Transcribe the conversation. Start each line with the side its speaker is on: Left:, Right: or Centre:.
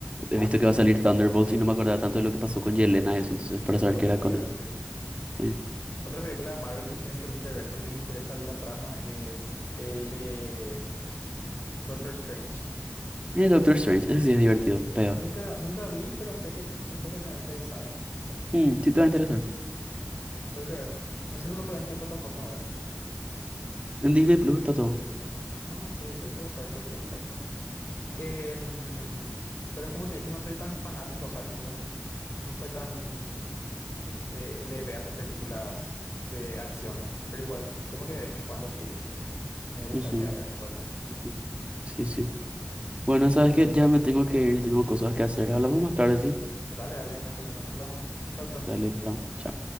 Right: he visto que va a salir Thunderbolts y no me acordaba tanto de lo que pasó con Yelena y eso, entonces
Left: entonces
Right: para saber
Left: volviste
Right: qué era con
Left: a ver,
Right: ella.
Left: sí.
Right: Sí.
Left: Otra película de Marvel que siempre quise ver porque me interesa la trama es el de Doctor Strange.
Right: Y Doctor Strange, ese sí es divertido, pega.
Left: Nunca, nunca vi, pero sé que tipo siento que me va a interesar. No sé por qué.
Right: Mm, sí, te va a interesar.
Left: Tengo que ver. No sé nomás todavía en qué plataforma ver.
Right: En Disney Plus está todo.
Left: Ah, sí, tengo que buscar, tengo que buscar. Em, pero como te dije, no soy tan fanático, o sea, tipo, no soy tan eh, de ver películas de acción, pero igual, como que de vez en cuando sí me gustaría
Right: Ujú,
Left: ver de vuelta.
Right: ujú. Sí, sí. Bueno, sabes que ya me tengo que ir, tengo cosas que hacer. Hablamos más tarde, sí.
Left: Dale, dale, no hay problema. Hablamos. Chao, chao.
Right: Dale, chao. Chao.